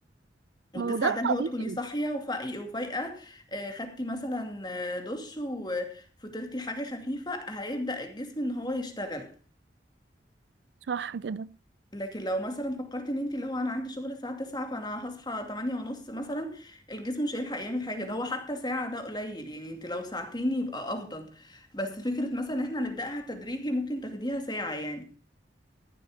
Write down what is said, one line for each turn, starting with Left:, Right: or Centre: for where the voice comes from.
Left: والتسعة
Right: ما هو ده الطبيعي
Left: ده اللي هو تكوني صاحية وفايقة وفايقة آه، خدتي مثلا آه، دش وفطرتي حاجة خفيفة هيبدأ الجسم ان هو يشتغل
Right: صح كده
Left: لكن لو مثلا فكرتي ان انت اللي هو انا عندي شغل الساعة تسعة فانا هصحى تمانية ونص مثلا الجسم مش هيلحق يعمل حاجة ده هو حتى ساعة ده قليل يعني انت لو ساعتين يبقى افضل بس فكرة مثلا ان احنا نبدأها تدريجي ممكن تاخديها ساعة يعني